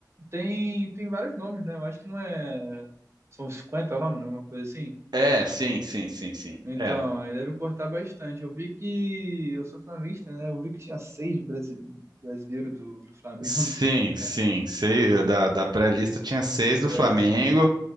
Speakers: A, on the right (about 35°); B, on the right (about 70°).
A: tem, tem vários nomes, né? Eu acho que não é. São 50 nomes, né? uma coisa assim.
B: É, sim, sim, sim, sim.
A: Então,
B: É,
A: aí deve cortar bastante. Eu vi que. Eu sou flamenguista, né? Eu vi que tinha seis brasi- brasileiros do, do Flamengo.
B: Sim,
A: <laughs> Falei, cara.
B: sim, sei, da, da pré-lista tinha seis do
A: é,
B: Flamengo,